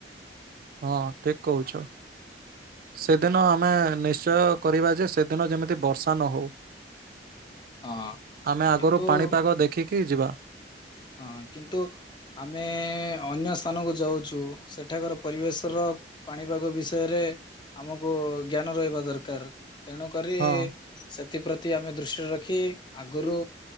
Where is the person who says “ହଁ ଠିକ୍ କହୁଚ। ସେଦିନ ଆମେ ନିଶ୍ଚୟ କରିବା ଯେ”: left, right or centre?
Right